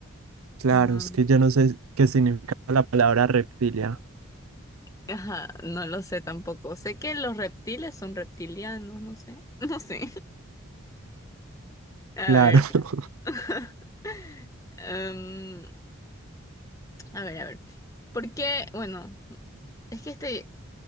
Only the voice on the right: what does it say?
Claro,
es que yo no sé qué significa la palabra reptilia.
Claro.
<laughs>